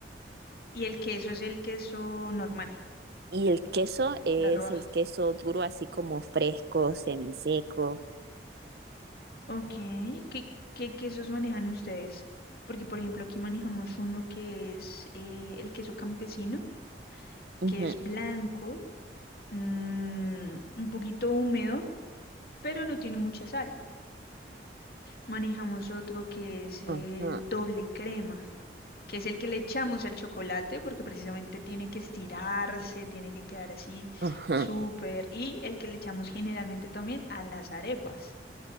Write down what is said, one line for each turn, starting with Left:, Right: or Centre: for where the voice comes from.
Left: Y el queso es el queso normal,
Right: Y el queso es
Left: la roja.
Right: el queso duro, así como fresco, semiseco.
Left: Ok. ¿Qué, qué quesos manejan ustedes? Porque, por ejemplo, aquí manejamos uno que es eh, el queso campesino,
Right: Ujú,
Left: que es blanco, mm, un poquito húmedo, pero no tiene mucha sal. manejamos otro que es el
Right: ujú,
Left: doble crema, que es el que le echamos al chocolate porque precisamente tiene que estirarse, tiene que quedar así
Right: ujú.
Left: súper, y el que le echamos generalmente también a las arepas.